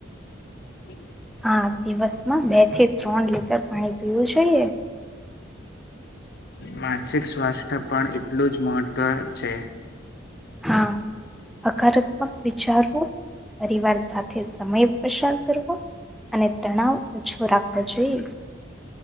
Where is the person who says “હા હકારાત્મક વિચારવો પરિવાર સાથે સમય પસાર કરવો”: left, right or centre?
Centre